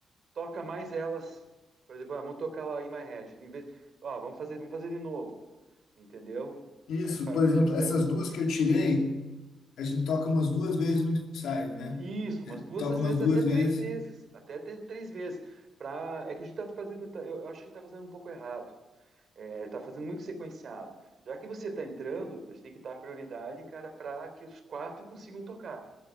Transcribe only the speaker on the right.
toca mais elas. Por exemplo, ah, vamos tocar lá In My Head, em vez, ó, vamos fazer, vamos fazer de novo, entendeu?
Aí faz
isso, umas
duas
às
vezes
até três
vezes, até ter três vezes, pra... é que a gente tá fazendo, tá- eu eu acho que a gente tá fazendo um pouco errado. É, tá fazendo muito sequenciado. Já que você tá entrando, a gente tem que dar prioridade, cara, para que os quatro consigam tocar,